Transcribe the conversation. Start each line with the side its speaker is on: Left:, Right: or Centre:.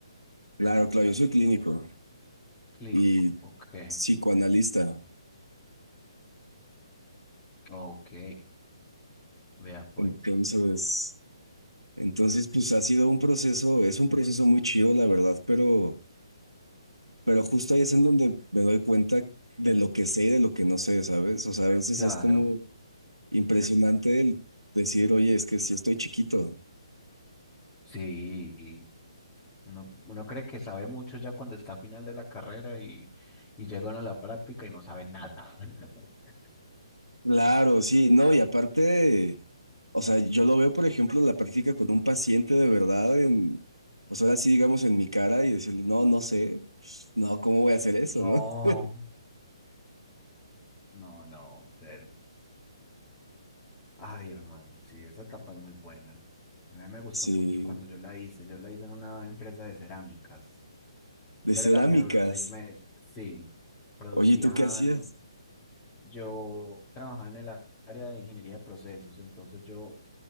Right: Claro, claro, yo soy clínico.
Left: Clínico,
Right: Y
Left: ok,
Right: psicoanalista.
Left: ok, vea pues.
Right: Entonces, entonces, pues ha sido un proceso, es un proceso muy chido, la verdad, pero, pero justo ahí es en donde me doy cuenta de lo que sé y de lo que no sé, ¿sabes? O sea, a veces
Left: Claro,
Right: es como impresionante el decir, oye, es que sí estoy chiquito.
Left: sí, Uno, uno cree que sabe mucho ya cuando está a final de la carrera y, y llegan a la práctica y no sabe nada. <laughs>
Right: Claro, sí, no, y aparte, o sea, yo lo veo, por ejemplo, en la práctica con un paciente de verdad, en, pues ahora sí, digamos, en mi cara y decirle, no, no sé, no, ¿cómo voy a hacer eso,
Left: No,
Right: no? <laughs>
Left: no, no. ser- Ay, hermano, sí, esa etapa es muy buena. A mí me gustó
Right: Sí,
Left: mucho cuando yo la hice. Yo la hice en una empresa de cerámicas,
Right: de
Left: pero
Right: cerámicas.
Left: la mía duró seis meses. Sí, producían,
Right: Oye, ¿y tú qué hacías?
Left: yo trabajaba en el a- área de ingeniería de procesos, entonces yo